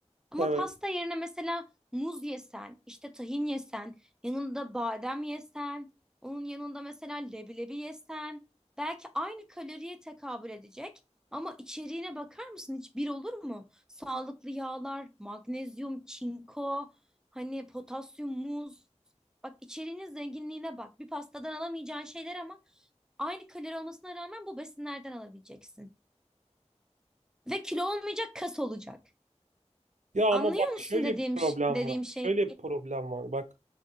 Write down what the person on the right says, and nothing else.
Evet.
Ya ama
bak
şöyle
bir problem
var.
Şöyle bir problem var. Bak